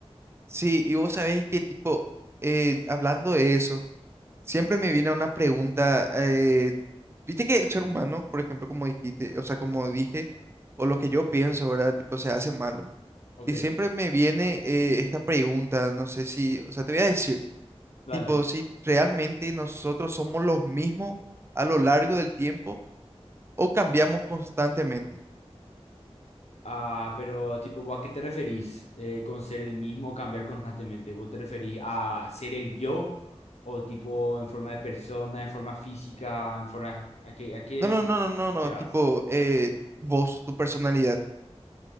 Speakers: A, on the right; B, on the left.
A: Sí, y vos sabés que, tipo, eh, hablando de eso, siempre me viene una pregunta, eh, viste que el ser humano, por ejemplo, como dijiste, o sea, como dije, o lo que yo
B: Sí.
A: pienso, ¿verdad? Tipo, se hace malo.
B: Ok,
A: Y siempre me viene eh, esta pregunta, no sé si, o sea, te voy a decir.
B: dale.
A: Tipo, si realmente nosotros somos los mismos a lo largo del tiempo o cambiamos constantemente.
B: Ah, pero tipo, ¿a qué te referís eh, con ser el mismo o cambiar constantemente? ¿Vos te referís a ser el yo o tipo en forma de persona, en forma física, en forma... ¿A qué, a qué
A: No, no, no, no, no, no.
B: te vas?
A: Tipo, eh, vos, tu personalidad.